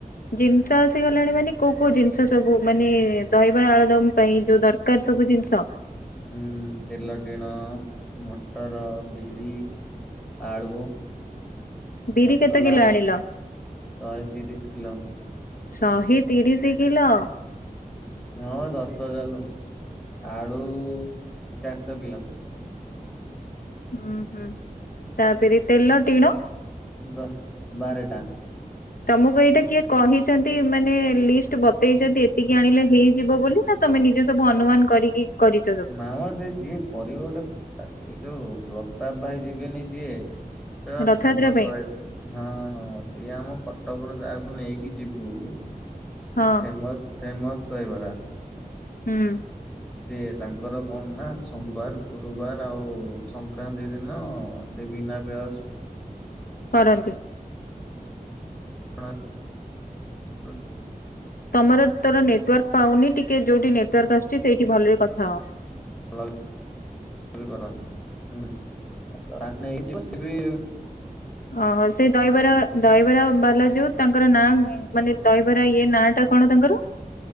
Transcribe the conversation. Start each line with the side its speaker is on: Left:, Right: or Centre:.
Left: ଜିନିଷ ଆସିଗଲାଣି ମାନେ କୋଉ କୋଉ ଜିନିଷ ସବୁ ମାନେ ଦହିବରା ଆଳୁଦମ ପାଇଁ ଯୋଉ ଦରକାର ସବୁ ଜିନିଷ?
Centre: ଉଁ ତେଲ ଟିଣ, ମଟର, ବିରି ଆଳୁଅ
Left: ବିରି
Centre: ମସଲା
Left: କେତେ କିଲୋ ଆଣିଲ
Centre: ଶହେ ତିରିଶି କିଲୋ।
Left: ଶହେ ତିରିଶି କିଲ।
Centre: ହଁ ବା ଦଶ ହଜାର ଲୋ ଆଳୁ ଚାରଶ କିଲ।
Left: ହୁଁ ହୁଁ ତାପରେ ତେଲ ଟିଣ।
Centre: ଦଶ ବାରେଟା।
Left: ତମକୁ ଏଇଟା କିଏ କହିଚନ୍ ମାନେ ଲିଷ୍ଟ ବତେଇଚନ୍ତି ଏତିକି ଆଣିଲେ ହେଇଯିବ ବୋଲି ନା ତମେ ନିଜେ ସବୁ ଅନୁମାନ କରିକି କରିଛ ସବୁ
Centre: ନା ମ ସେ ଯିଏ କରିବ ଗୋଟେ ତାକୁ ଏ ଯୋଉ ପ୍ରତାପ ଭାଇ ଯିବେନି ଯିଏ <unintelligible> ସେ
Left: ରଥଯାତ୍ରା
Centre: ଫେମସ
Left: ପାଇଁ
Centre: ହଁ ହଁ ସିଏ ଆମ କଟକର ଯାହାକୁ ନେଇକି ଯିବୁ ସେ
Left: ହଁ
Centre: ଫେମସ ଫେମସ ଦହିବରା।
Left: ହୁଁ
Centre: ସିଏ ତାଙ୍କର କଣ ନା ସୋମବାର ଗୁରୁବାର ଆଉ ସଂକ୍ରାନ୍ତି ଦିନ ସେ ବିନା ପିଆଜ
Left: କରନ୍ତି।
Centre: <unintelligible>
Left: ତମର ତୋର ନେଟୱାର୍କ ପାଉନି ଟିକେ ଯୋଉଠି ନେଟୱାର୍କ ଆସୁଚି ସେଇଠି ଭଲରେ କଥା ହୋ।
Centre: ଅ କରନ୍ତି ହୁଁ କାହାକୁ ନେଇକି ବସିବି
Left: ଓହୋ ସେ ଦହିବରା ଦହିବରା ବାଲା ଯୋଉ ତାଙ୍କର ନାଁ ମାନେ ଦହିବରା ଇଏ ନାଁ ଟା କଣ ତାଙ୍କର?